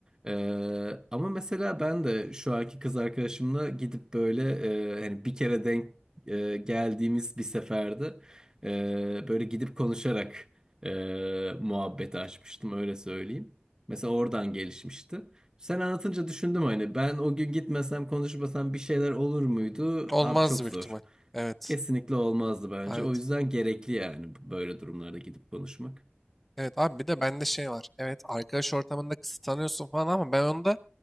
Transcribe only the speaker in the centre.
Olmaz
büyük
ihtimal. Evet.
Evet.
Evet abi bir de bende şey var. Evet arkadaş ortamında kısıtlanıyorsun falan ama ben onda